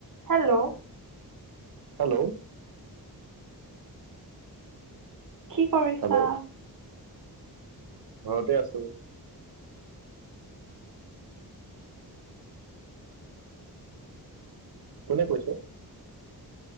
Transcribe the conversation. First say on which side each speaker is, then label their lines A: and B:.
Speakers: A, on the right (about 55°); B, on the right (about 70°).
A: হেল্ল'হেহ
B: hello
A: কি কৰিছা?
B: hello ঘৰতে আছো। কোনে কৈছে?